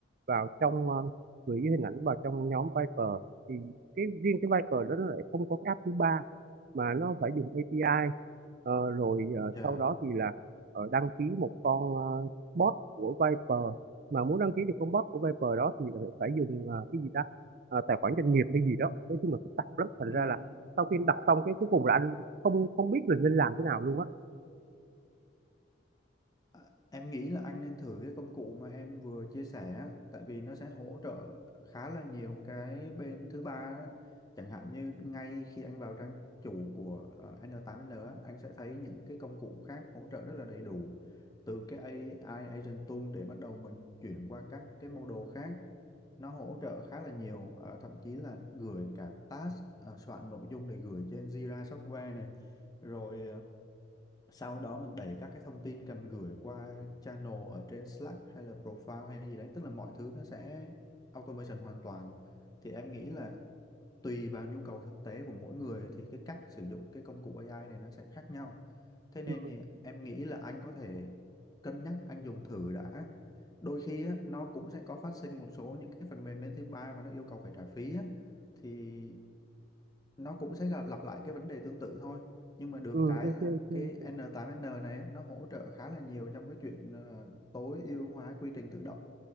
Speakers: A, on the right; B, on the left.
A: vào trong ờ, gửi hình ảnh vào trong nhóm Viper thì cái riêng cái Viper đó nó lại không có cái app thứ ba mà nó phải dùng API Ờ, rồi ờ,
B: dạ
A: sau đó thì là ờ, đăng ký một con ờ, bot của Viper mà muốn đăng ký được con bot của Viper đó thì lại phải dùng ờ, cái gì ta ờ, tài khoản doanh nghiệp hay gì đó nói chung là phức tạp lắm thành
B: Ừ.
A: ra là sau khi anh đọc xong cái cuối cùng là anh không không biết là nên làm thế nào luôn á
B: À, Em nghĩ là anh nên thử cái công cụ mà em vừa chia sẻ á, tại vì nó sẽ hỗ trợ khá là nhiều cái bên thứ ba á. chẳng hạn như ngay khi anh vào trang chủ của ờ, N8N á, anh sẽ thấy những cái công cụ khác hỗ trợ rất là đầy đủ từ cái AI Agent Tool để bắt đầu mình chuyển qua các cái model khác nó hỗ trợ khá là nhiều ờ, thậm chí là gửi cả task ờ, soạn nội dung để gửi trên Jira Software này rồi ờ, sau đó mình đẩy các cái thông tin cần gửi qua channel ở trên Slack hay là profile hay gì đấy tức là mọi thứ nó sẽ automation hoàn toàn thì em nghĩ là tùy vào nhu cầu thực tế của mỗi người thì cái cách sử dụng cái công cụ AI này nó sẽ khác nhau thế nên
A: ừ,
B: thì em nghĩ là anh có thể cân nhắc anh dùng thử đã đôi khi á, nó cũng sẽ có phát sinh một số những cái phần mềm bên thứ ba và nó yêu cầu phải trả phí á. thì nó cũng sẽ gặp- lặp lại cái vấn đề tương tự thôi nhưng mà được
A: ừ,
B: cái
A: ok
B: là
A: ok
B: cái N8N này á, nó hỗ trợ khá là nhiều trong cái chuyện ờ, tối ưu hóa quy trình tự động